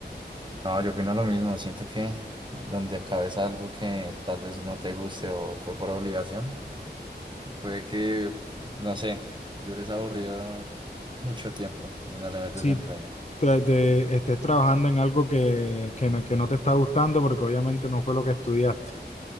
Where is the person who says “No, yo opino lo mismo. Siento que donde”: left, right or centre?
Right